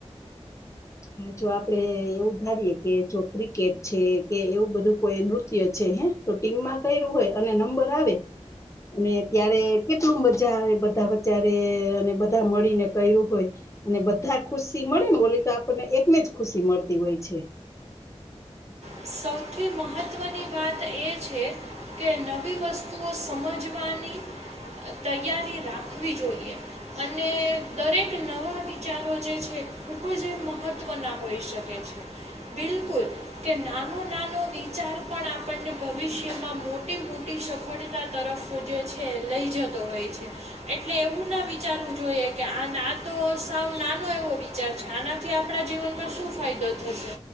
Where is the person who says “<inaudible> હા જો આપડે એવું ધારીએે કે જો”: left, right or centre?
Left